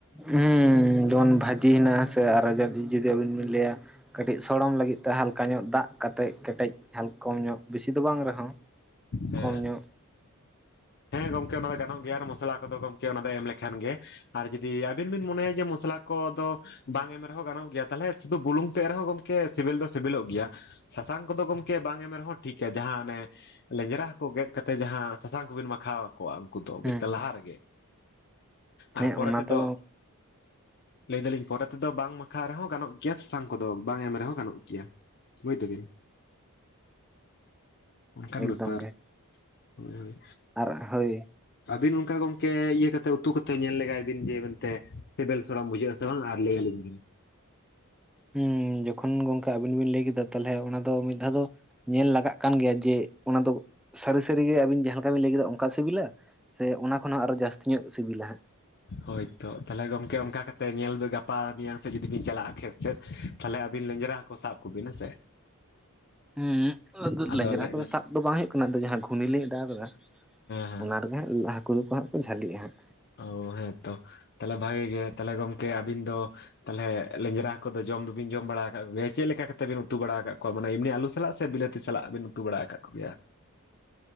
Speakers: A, in the centre; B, on the left.
A: ᱦᱮᱸ ᱵᱷᱟᱹᱡᱤ ᱦᱮᱱᱟᱜᱼᱟ ᱥᱮ ᱟᱨ ᱡᱩᱫᱤ ᱟᱹᱵᱤᱱ ᱵᱤᱱ ᱞᱟᱹᱭᱟ ᱠᱟᱹᱴᱤᱡ ᱥᱚᱲᱚᱢ ᱞᱟᱹᱜᱤᱫ ᱛᱮ ᱦᱟᱞ ᱠᱟ ᱧᱚᱜ ᱫᱟᱜ ᱠᱟᱛᱮᱫ ᱠᱮᱴᱮᱡ ᱠᱚᱢ ᱧᱚᱜ ᱵᱤᱥᱤ ᱫᱚ ᱵᱟᱝ ᱨᱮᱦᱚᱸ
B: ᱦᱮᱸ
A: ᱠᱚᱢ ᱧᱚᱜ
B: ᱦᱮᱸ ᱜᱚᱝᱠᱮ ᱚᱱᱟ ᱫᱚ ᱜᱟᱱᱚᱜ ᱜᱮᱭᱟ ᱟᱨ ᱢᱚᱥᱞᱟ ᱠᱚᱫᱚ ᱜᱚᱢᱠᱮ ᱚᱱᱟ ᱫᱚ ᱮᱢ ᱞᱮᱠᱷᱟᱱ ᱜᱮ᱾ ᱟᱨ ᱡᱩᱫᱤ ᱟᱹᱵᱤᱱ ᱵᱤᱱ ᱢᱚᱱᱮᱭᱟ ᱡᱮ ᱢᱚᱥᱞᱟ ᱠᱚᱫᱚ ᱵᱟᱝ ᱮᱢ ᱨᱮᱦᱚᱸ ᱜᱟᱱᱚᱜ ᱜᱮᱭᱟ ᱛᱟᱦᱚᱞᱮ ᱥᱩᱫᱩ ᱵᱩᱞᱩᱝ ᱛᱮᱜ ᱨᱮᱦᱚᱸ ᱜᱚᱝᱠᱮ ᱥᱤᱵᱤᱞ ᱫᱚ ᱥᱤᱵᱤᱞᱚᱜ ᱜᱮᱭᱟ᱾ ᱥᱟᱥᱟᱝ ᱠᱚᱫᱚ ᱜᱚᱢᱠᱮ ᱵᱟᱝ ᱮᱢ ᱨᱮᱦᱚᱸ ᱴᱷᱤᱠ ᱟ ᱡᱟᱦᱟᱸ ᱚᱱᱮ ᱞᱮᱸᱡᱽᱨᱟ ᱦᱟᱹᱠᱩ ᱜᱮᱫ ᱠᱟᱛᱮᱫ ᱡᱟᱦᱟᱸ ᱥᱟᱥᱟᱝ ᱠᱚᱵᱤᱱ ᱢᱟᱠᱷᱟᱣᱠᱚᱣᱟ ᱩᱱᱠᱩ ᱫᱚ ᱵᱩᱡᱫᱟ
A: ᱦᱮᱸ
B: ᱞᱟᱦᱟ ᱨᱮᱜᱮ᱾ ᱟᱨ
A: ᱦᱮᱸ
B: ᱯᱚᱨᱮ
A: ᱚᱱᱟ
B: ᱛᱮᱫᱚ
A: ᱫᱚ
B: ᱞᱟᱹᱭ ᱫᱟᱞᱤᱧ ᱯᱚᱨᱮ ᱛᱮᱫᱚ ᱵᱟᱝ ᱢᱟᱠᱷᱟᱣ ᱨᱮᱦᱚᱸ ᱜᱟᱱᱚᱜ ᱜᱮᱭᱟ ᱥᱟᱥᱟᱝ ᱠᱚᱫᱚ ᱵᱟᱝ ᱮᱢ ᱨᱮᱦᱚᱸ ᱜᱟᱱᱚᱜ ᱜᱮᱭᱟ᱾ ᱵᱩᱡ ᱫᱟᱵᱤᱱ᱾ ᱚᱱᱠᱟᱱ
A: ᱮᱠᱫᱚᱢ
B: ᱵᱮᱯᱟᱨ
A: ᱜᱮ
B: ᱦᱳᱭ ᱦᱳᱭ᱾
A: ᱟᱨ ᱦᱳᱭ
B: ᱟᱵᱤᱱ ᱚᱱᱠᱟ ᱜᱚᱝᱠᱮ ᱤᱭᱟᱹ ᱠᱟᱛᱮ ᱩᱛᱩ ᱠᱟᱛᱮ ᱧᱮᱞ ᱞᱮᱜᱟᱭ ᱵᱤᱱ ᱡᱮ ᱢᱮᱱᱛᱮ ᱥᱤᱵᱮᱞ ᱥᱚᱲᱚᱢ ᱵᱩᱷᱟᱹᱜᱼᱟ ᱥᱮ ᱵᱟᱝ ᱟᱨ ᱞᱟᱹᱭᱟᱞᱤᱧ ᱵᱤᱱ᱾
A: ᱦᱮᱸ ᱡᱚᱠᱷᱚᱱ ᱜᱚᱝᱠᱮ ᱟᱵᱤᱱ ᱵᱤᱱ ᱞᱟᱹᱭ ᱠᱮᱫᱟ ᱛᱟᱦᱚᱞᱮ ᱚᱱᱟ ᱫᱚ ᱢᱤᱫ ᱫᱷᱟᱣ ᱫᱚ ᱧᱮᱞ ᱞᱟᱜᱟᱜ ᱠᱟᱱ ᱜᱮᱭᱟ ᱡᱮ ᱚᱱᱟ ᱫᱚ ᱥᱟᱹᱨᱤ ᱥᱟᱹᱨᱤᱜᱮ ᱟᱹᱵᱤᱱ ᱡᱟᱦᱟᱸ ᱞᱮᱠᱟ ᱵᱤᱱ ᱞᱟᱹᱭ ᱠᱮᱫᱟ ᱚᱱᱠᱟ ᱥᱤᱵᱤᱞᱟ? ᱥᱮ ᱚᱱᱟ ᱠᱷᱚᱱ ᱦᱚᱸ ᱟᱨᱦᱚᱸ ᱡᱟᱹᱥᱛᱤ ᱧᱚᱜ ᱥᱤᱵᱤᱞᱟ ᱦᱟᱸᱜ᱾
B: ᱦᱳᱭ ᱛᱚ ᱛᱟᱦᱚᱞᱮ ᱜᱚᱝᱠᱮ ᱚᱱᱠᱟ ᱠᱟᱛᱮ ᱧᱮᱞ ᱵᱤᱱ ᱜᱟᱯᱟ ᱢᱮᱭᱟᱝ ᱥᱮᱜ ᱡᱩᱫᱤ ᱵᱤᱱ ᱪᱟᱞᱟᱜᱼᱟ ᱠᱷᱮᱛ ᱥᱮᱫ᱾ ᱛᱟᱦᱚᱞᱮ ᱟᱹᱵᱤᱱ ᱞᱮᱸᱡᱽᱨᱟ ᱦᱟᱹᱠᱩ ᱥᱟᱵ ᱠᱚᱵᱤᱱ ᱦᱮᱸᱥᱮ᱾
A: ᱦᱮᱸ
B: ᱟᱫᱚ
A: ᱞᱮᱸᱡᱽᱨᱟ
B: ᱞᱮ
A: ᱦᱟᱹᱠᱩ
B: ᱦᱮᱸ
A: ᱫᱚ ᱥᱟᱵ ᱫᱚ ᱵᱟᱝ ᱦᱩᱭᱩᱜ ᱠᱟᱱᱟ ᱟᱫᱚ ᱡᱟᱦᱟᱸ ᱜᱷᱩᱱᱤ ᱞᱤᱧ ᱚᱰᱟᱣ ᱟᱠᱟᱫᱟ
B: ᱦᱮᱸ
A: ᱚᱱᱟ ᱦᱟᱹᱠᱩ ᱫᱚ ᱠᱚ ᱦᱟᱸᱜ ᱠᱚ ᱡᱷᱟᱹᱞᱤᱜ ᱦᱟᱸᱜ᱾
B: ᱚᱻ ᱦᱮᱸ ᱛᱚ ᱛᱟᱦᱚᱞᱮ ᱵᱷᱟᱜᱮ ᱜᱮ ᱛᱟᱦᱞᱮ ᱜᱚᱢᱠᱮ ᱟᱹᱵᱤᱱ ᱫᱚ ᱛᱟᱦᱚᱞᱮ ᱞᱮᱸᱡᱽᱨᱟ ᱦᱟᱹᱠᱩ ᱫᱚ ᱡᱚᱢ ᱫᱚᱵᱤᱱ ᱡᱚᱢ ᱵᱟᱲᱟ ᱟᱠᱟᱫ ᱠᱚ ᱜᱮᱭᱟ ᱪᱮᱫ ᱞᱮᱠᱟ ᱠᱟᱛᱮᱫ ᱵᱤᱱ ᱩᱛᱩ ᱵᱟᱲᱟ ᱟᱠᱟᱫᱠᱚᱣᱟ ᱢᱟᱱᱮ ᱮᱢᱱᱤ ᱟᱞᱩ ᱥᱟᱞᱟᱜ ᱥᱮ ᱵᱤᱞᱟᱹᱛᱤ ᱛᱤ ᱥᱟᱞᱟᱜ ᱵᱤᱱ ᱩᱛᱩ ᱵᱟᱲᱟ ᱟᱠᱟᱫ ᱠᱚᱜᱮᱭᱟ?